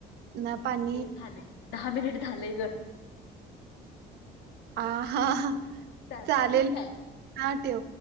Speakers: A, on the right; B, on the left.
A: ना पाणी
B: ये झालं. दहा मिनिट झालेय गं.
A: आ हा हा
B: चालतय.
A: चालेल
B: ठीव काय?
A: हा ठेव.